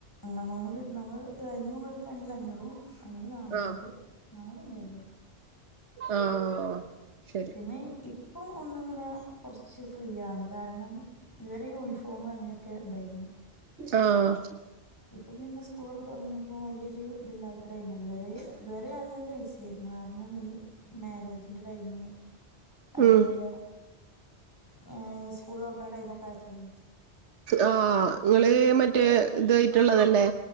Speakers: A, on the left; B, on the right.
A: നമ്മളും കൂടി നമ്മൾ ലൈനിങ്ങുമെട്ക്കാണെങ്കിലഞ്ഞൂറ് അല്ലെങ്കി നാന്നൂറ്
B: ആ
A: നാന്നൂറ് അഞ്ഞൂറ് <unintelligible>
B: ആഹ് ശരി
A: ങ്ങെനെ ഇപ്പം ഒന്ന്ങ്ങെനെ കൊർച്ച് ഫ്രീയാണ് കാരണം ഇതുവെരെ യൂണിഫോമ് അങ്ങെനെ ക്കെ ണ്ടായ്ര്ന്നു
B: ആഹ്
A: ഇപ്പം പിന്നെ സ്കൂളൊക്കെ തൊർന്നു പ്പാേ വല്യൊര് ത്‌ല്ലാത്ത ടൈമല്ലെ ഇത്‌വെരെ ഇത്‌വെരെ നല്ല ബിസി യേര്ന്നു കാര്ണം ഈ മേരേജിന്റെ ടൈമ് അത്പോലെ
B: ഉം
A: ഏഹ് സ്കൂള് തൊറ്ക്ക്ണ ടൈമൊക്കെ ആയപ്പളേ
B: ആഹ് ഇങ്ങെള് മറ്റേ ഇതായ്ട്ട്ള്ളെതെല്ലേ